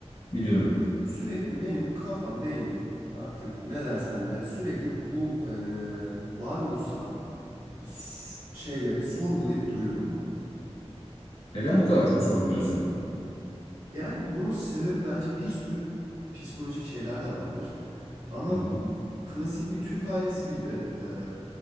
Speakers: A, on the left; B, on the right.
A: biliyorum.
B: Sürekli benim kafam, beynim artık ne dersen de sürekli bu e, varoluşsal s- şeyleri sorgulayıp duruyorum ben.
A: Neden bu kadar çok sorguluyorsun?
B: Yani bunun sebebi bence bir sürü psikolojik şeyler de vardır. Ama
A: Hı hı.
B: klasik bir Türk ailesi gibi eee,